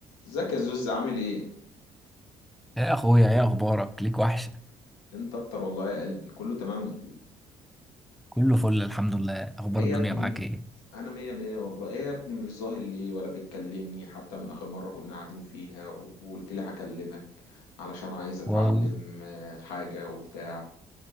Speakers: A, on the left; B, in the centre.
A: ازيك يا زوز عامل ايه
B: يا اخويا ايه اخبارك ليك وحشه
A: انت اكتر والله يا قلبي كله تمام
B: كله فل الحمد لله اخبار
A: ايه
B: الدنيا
A: يا ابني
B: معاك ايه
A: انا مية مية والله ايه يا ابني مش ظاهر ليه ولا بتكلمني حتى من اخر مرة كنا قاعدين فيها و- وقلت لي هكلمك علشان عايز اتعلم
B: والله
A: آه، حاجة وبتاع